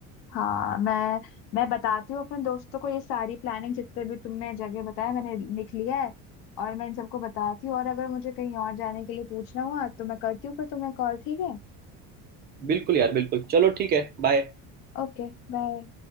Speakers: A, on the left; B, on the right.
A: हाँ मैं मैं बताती हूँ अपने दोस्तों को ये सारी प्लानिंग जितने भी तुमने जगह बताया मैंने लिख लिया है और मैं इन सबको बताती हूँ और अगर मुझे कहीं और जाने के लिए पूछना हुआ तो मैं करती हूँ फिर तुम्हें कॉल ठीक है
B: बिल्कुल यार बिल्कुल चलो ठीक है बाय
A: Okay bye